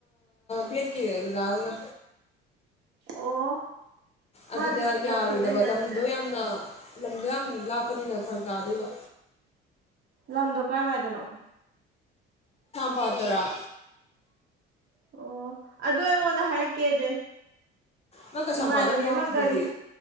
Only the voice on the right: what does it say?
ꯑꯣ
ꯃꯥꯗꯤ
ꯌꯥꯝ ꯈꯪꯅꯩꯅ
ꯑꯗꯨꯗꯤ
ꯂꯝꯗꯣ ꯀꯥꯏꯋꯥꯏꯗꯅꯣ
ꯑꯣ ꯑꯗꯨ ꯑꯩꯉꯣꯟꯗ ꯍꯥꯏꯔꯛꯀꯦꯗꯦ
ꯏꯃꯥꯟꯅꯕꯤ
ꯑꯃ ꯒꯥꯔꯤ